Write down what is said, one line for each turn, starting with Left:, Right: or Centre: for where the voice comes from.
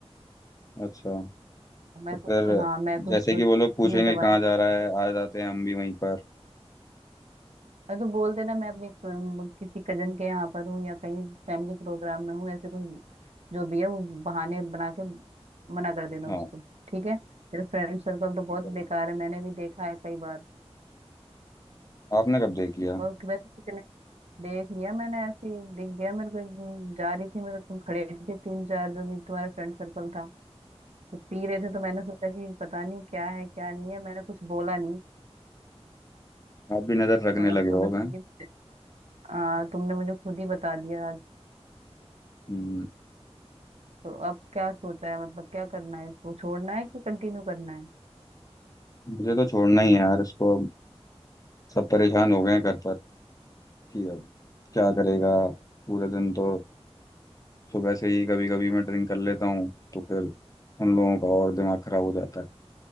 Left: अच्छा
Right: मैं
Left: तो फिर
Right: कुछ हाँ मैं कुछ
Left: जैसे
Right: तो
Left: कि वो लोग पूछेंगे
Right: तुम्हें दवाई
Left: कहाँ जा रहा है आ जाते हैं हम भी वहीं पर
Right: और तो बोल देना मैं अपनी अम, किसी कजन के यहाँ पर हूँ या कहीं फैमिली प्रोग्राम में हूँ ऐसे कुछ जो भी है वो बहाने बना के मना कर देना
Left: हाँ
Right: उसको ठीक है तेरा फ्रेंड सर्कल
Left: तो
Right: तो बहुत
Left: मैं करूँगा
Right: बेकार है मैंने भी देखा है कई बार
Left: आपने कब देख लिया
Right: और वैसे कितने देख लिया मैंने ऐसी दिख गया मेरे को एक दिन जा रही थी मतलब तुम खड़े थे तीन चार जो भी तुम्हारा फ्रेंड सर्कल था तो पी रहे थे तो मैंने सोचा कि पता नहीं क्या है क्या नहीं है मैंने कुछ बोला नहीं
Left: आप भी नज़र रखने
Right: मतलब
Left: लगे
Right: तूने
Left: हो अब
Right: खुद
Left: हैं?
Right: ही मुझे- हाँ तुमने मुझे खुद ही बता दिया
Left: हम्म,
Right: तो अब क्या सोचा है मतलब क्या करना है इसको छोड़ना है कि कंटिन्यू करना है
Left: मुझे तो छोड़ना ही है यार इसको सब परेशान हो गए हैं घर पर कि अब क्या करेगा पूरे दिन तो सुबह से ही कभी कभी मैं ड्रिंक कर लेता हूँ तो फिर उन लोगों का और दिमाग खराब हो जाता है